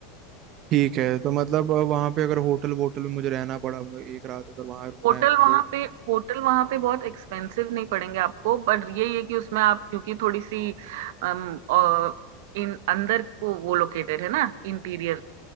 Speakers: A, on the right; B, on the right.
A: ठीक है
B: हैं।
A: तो मतलब अ, वहाँ पे अगर होटल वोटल में मुझे रहना पड़ा मतलब एक रात अगर वहाँ रुकना
B: होटल
A: है मेरे
B: वहां
A: को
B: पे होटल वहां पे बहुत एक्सपेंसिव नहीं पड़ेंगे आपको बट ये ये कि उसमें आप क्योंकि थोड़ी सी अम, अ, इन अंदर को वो लोकेटेड है ना इंटीरियर